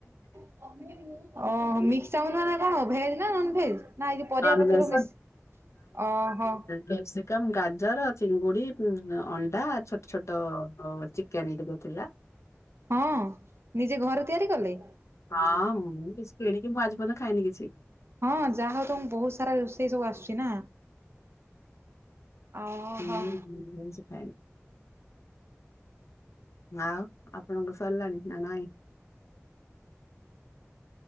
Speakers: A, on the right (about 55°); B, on the left (about 75°).
A: ଓ ମିକ୍ସ ଚାଉମିନ ମାନେ କଣ ଭେଜ ନା ନନ ଭେଜ? ନା ଆଜି। ପରିବା
B: ନନଭେଜ
A: ପତ୍ର ସବୁ ମିଶ ଅହୋ
B: କାପସିକମ୍, ଗାଜର, ଚିଙ୍ଗୁଡି ଅଣ୍ଡା ଛୋଟ ଛୋଟ କାନିଟେ କରୁଥିଲା।
A: ହଁ ନିଜେ ଘରେ ତିଆରି କଲେ।
B: ହଁ ମୁଁ କିଛି କିଣିକି ମୁଁ ଆଜି ପର୍ଯ୍ୟନ୍ତ ଖାଇନି କିଛି।
A: ହଁ ଯାହା ହଉ ତ ମୁ ବହୁତ ସାରା ରୋଷେଇ ସବୁ ଆସୁଛି ନା। ଓହୋ
B: <unintelligible> ମୁଁ କିଛି ଖାଏନି। ଆଉ ଆପଣଙ୍କୁ ସରିଲାଣି ନା ନାଇଁ।